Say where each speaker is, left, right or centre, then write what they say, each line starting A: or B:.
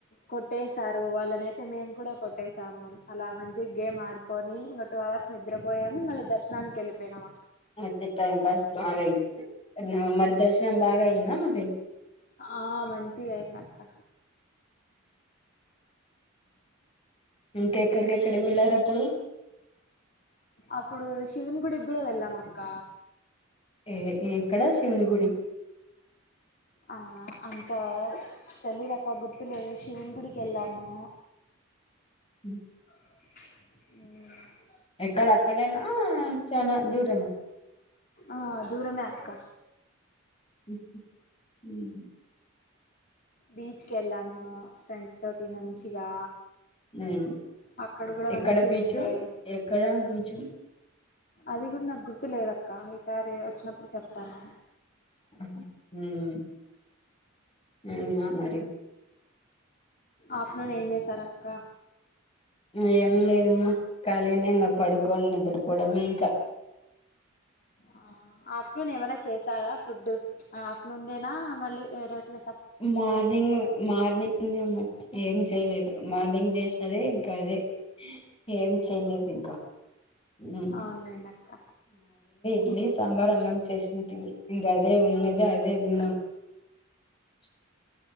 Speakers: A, on the left; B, on the left.
A: కొట్టేసారు వాళ్ళనైతే మేమ్ కూడా కొట్టేసాము అలా మంచిగ్ గేమాడుకొని ఇంగ. టూ అవర్స్ నిద్రపోయామ్ మళ్ళి. దర్శనానికెళ్ళిపోయినామ
B: ఐతే టైమ్ పాస్ బాగైంది న్ మరి దర్శనం బాగైందామ్మ రె
A: ఆ మంచిగైందక్ క్క
B: ఇంకెక్కడికెక్కడికి వెళ్ళారప్పుడు
A: అప్పుడు శివున్ గుడికి గూడ వెళ్ళామ క్క
B: ఏ ఎ ఎక్కడా శివుని గుడి.
A: ఆ అంత తల్లిదప్ప గుర్తులేదు శివుని గుడికెళ్ళాము.
B: ఉమ్
A: ఉమ్
B: ఎక్కడక్కడేనా చానా దూర్ రమా
A: ఆ దూరమే అక్క.
B: ఉహూ ఉమ్
A: బీచ్ కెళ్ళాము ఫ్రెండ్స్ తోటి మంచిగా
B: ఉమ్
A: అక్కడ గూడా
B: ఎక్కడ
A: మంచిగెంజాయ్
B: బీచు
A: జేస్.
B: ఎక్కడ బీచు
A: అది గూడ్ నాక్ గుర్తు లేదక్క ఈసారి వచ్చినప్పుడు చెప్తాను.
B: ఉహు ఉమ్ ఉమ్ ఆ మరి
A: ఆఫ్నూనేమ్ జేసారక్క
B: ఉమ్ ఏం లేదమ్మ ఖాళీనే ఇంగ పడుకొని నిద్ర పోడమే ఇంక
A: అ ఆఫ్నూనేమైనా చేసారా ఫుడ్డు ఆఫ్నూన్ దేనా మళ్ళీ ఏరేటిగ.
B: మార్నింగు మార్నింగ్ దేమో ఏం చేయలేదు మార్నింగ్ జే. అదే ఇంక అదే ఏం చేయ్లేదింకా ఉమ్
A: అవునులేండి అక్క
B: డ్లి సాంబారన్నం చేసింటిమి ఇంగ అదే ఉన్నేది అదే దిన్నాం. చు